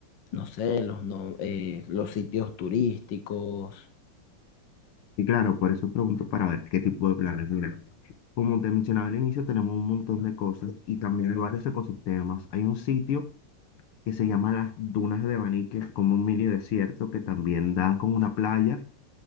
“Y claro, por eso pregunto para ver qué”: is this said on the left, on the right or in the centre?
Left